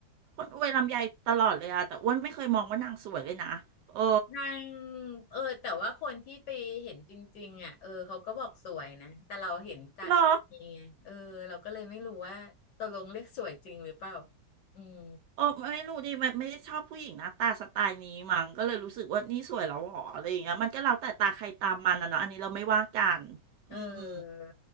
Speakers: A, on the right; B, on the left.
A: คนอวยลำไยตลอดเลยอะแต่อ้วนไม่เคยมองว่านางสวยเลยนะ เออ
B: นางเออแต่ว่าคนที่ไปเห็นจริงๆอ่ะเออเขาก็บอกสวยนะแต่เราเห็นจากนี่ไงเออเราก็เลยไม่รู้ว่าตกลงเรียกสวยจริงหรือเปล่า
A: เหรอ
B: อืม
A: เออไม่ไม่รู้ดิไม่ไม่ได้ชอบผู้หญิงหน้าตาสไตล์นี้มั้งก็เลยรู้สึกว่านี่สวยแล้วเหรออะไรอย่างเงี้ยมันก็แล้วแต่ตาใครตามมันนะเนาะอันนี้เราไม่ว่ากัน
B: เอ
A: อืม
B: อ